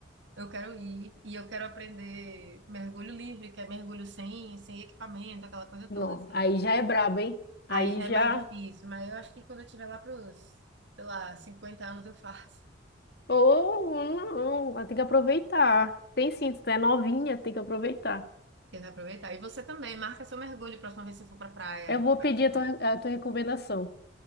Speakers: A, on the right (about 65°); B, on the left (about 50°).
A: Eu quero ir e eu quero aprender mergulho livre, que é mergulho sem, sem equipamento, aquela coisa toda,
B: Não,
A: assim.
B: aí já é brabo, hein?
A: Aí
B: Aí
A: já
B: já.
A: é mais difícil, mas eu acho que quando eu tiver lá pros, sei lá, 50 anos eu faço.
B: Oh, não, ela tem que aproveitar. Tem sim, se tu é novinha, tem que aproveitar.
A: Tem aproveitar. E você também, marca seu mergulho a próxima vez que você for pra praia.
B: Eu vou
A: Vai
B: pedir
A: gostar.
B: a tua, a tua recomendação,